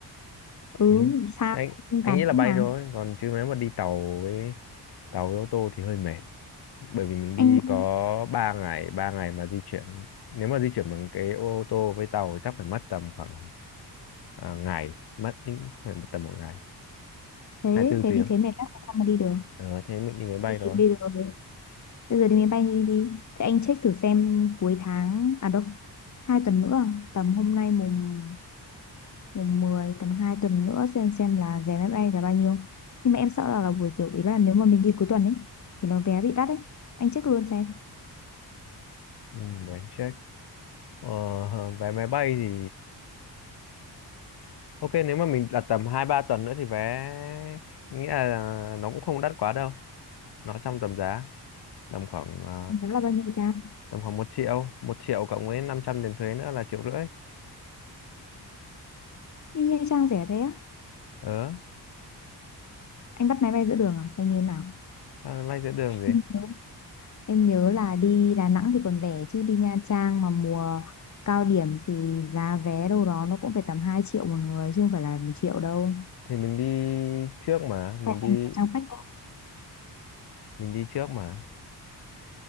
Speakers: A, on the left; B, on the left.
A: ừ
B: Ừ.
A: xa
B: Anh anh
A: tàn
B: nghĩ là
A: cũng
B: bay
A: mà
B: thôi còn chứ nếu mà đi tàu với tàu với ô tô thì hơi mệt bởi vì mình đi
A: anh
B: có 3 ngày 3 ngày mà di chuyển nếu mà di chuyển bằng cái ô tô với tàu thì chắc phải mất tầm khoảng à, ngày mất đến phải mất tầm một ngày
A: thế
B: 24
A: thế
B: tiếng
A: đi thế mệt lắm sao mà đi được
B: ờ, thế mình đi máy bay
A: thì
B: rồi
A: bây giờ bây giờ đi máy bay đi, đi. thế anh check thử xem cuối tháng à đâu hai tuần nữa à? tầm hôm nay mùng mùng mười tầm 2 tuần nữa xem xem là giá máy bay là bao nhiêu nhưng mà em sợ là, là buổi kiểu ý là nếu mà mình đi cuối tuần ấy thì nó vé bị đắt ấy anh check luôn xem
B: ừ, để anh check ờ, vé máy bay thì ok nếu mà mình đặt tầm hai ba tuần nữa thì vé nghĩa là nó cũng không đắt quá đâu nó trong tầm giá tầm khoảng à,
A: giá là bao nhiêu cha
B: tầm khoảng một triệu một triệu cộng với 500 tiền thuế nữa là triệu rưỡi
A: đi Nha Trang rẻ thế á
B: ờ
A: anh bắt máy bay giữa đường à hay như thế nào
B: à, vay giữa đường
A: em
B: gì
A: nhớ em nhớ là đi Đà Nẵng thì còn rẻ chứ đi Nha Trang mà mùa cao điểm thì giá vé đâu đó nó cũng phải tầm 2 triệu một người chứ không phải là một triệu đâu
B: thì mình đi trước mà mình
A: hay
B: đi
A: anh vào trang phách
B: mình đi trước mà